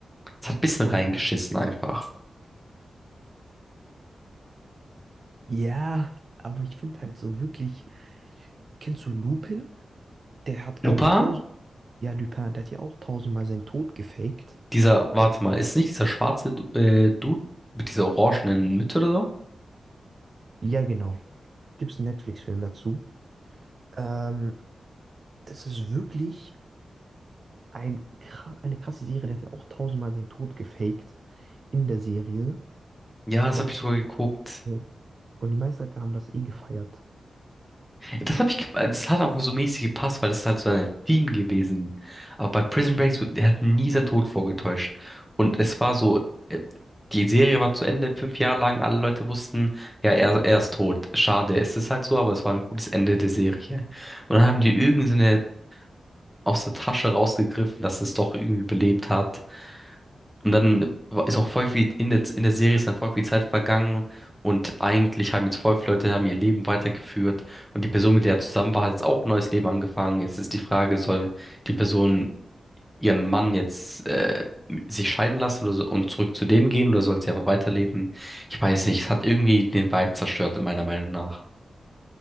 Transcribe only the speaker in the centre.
Es hat ein bisschen
reingeschissen
einfach.
Lupin,
dieser, warte
mal, ist nicht dieser schwarze Du- äh, Dude mit dieser orangenen Mütze oder so?
Ja, das
habe ich sogar
geguckt.
Das habe ich, ge- also das hat auch so mäßig gepasst, weil das ist halt so ein Theme gewesen. Aber bei Prison Break, so, der hat nie seinen Tod vorgetäuscht. Und es war so, äh, die Serie war zu Ende, fünf Jahre lang, alle Leute wussten, ja, er, er ist tot. Schade, es ist halt so, aber es war ein gutes Ende der Serie. Und dann haben die irgendeine aus der Tasche rausgegriffen, dass es doch irgendwie belebt hat. Und dann ist auch voll viel in der, in der Serie ist dann voll viel Zeit vergangen und eigentlich haben jetzt voll viele Leute haben ihr Leben weitergeführt und die Person, mit der er zusammen war, hat jetzt auch ein neues Leben angefangen. Jetzt ist die Frage, soll die Person ihren Mann jetzt äh, sich scheiden lassen oder so, und zurück zu dem gehen oder soll sie einfach weiterleben? Ich weiß nicht, es hat irgendwie den Vibe zerstört, in meiner Meinung nach.